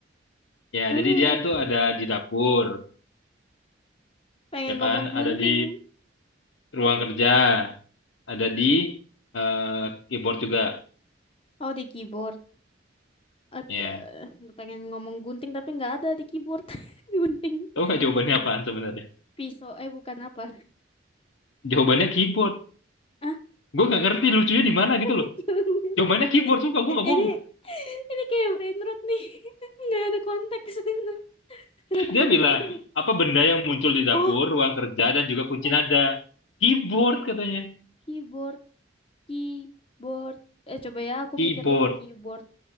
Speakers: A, on the left; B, on the left.
A: Ya,
B: Aku
A: jadi dia tuh ada di dapur,
B: pengen
A: ya
B: ngomong
A: kan?
B: gunting.
A: Ada di ruang kerja, ada di eh, keyboard juga.
B: Oh, di keyboard. Oke,
A: Ya.
B: pengen ngomong gunting tapi nggak ada di keyboard. <laughs> Gunting
A: Tahu nggak jawabannya apaan sebenarnya?
B: pisau, eh bukan apa.
A: Jawabannya keyboard.
B: Ah,
A: Gue nggak ngerti lucunya di mana
B: <laughs>
A: gitu loh. Jawabannya keyboard, sumpah gue nggak bohong.
B: ini ini kayak brain rot nih. <laughs> Nggak ada konteks. <laughs> Kenapa
A: Dia
B: jadi
A: bilang,
B: keyboard?
A: apa benda yang muncul di dapur,
B: Oh,
A: ruang kerja, dan juga kunci
B: eh
A: nada? Keyboard katanya.
B: keyboard, keyboard. Eh coba ya, aku
A: keyboard.
B: mikir dulu keyboard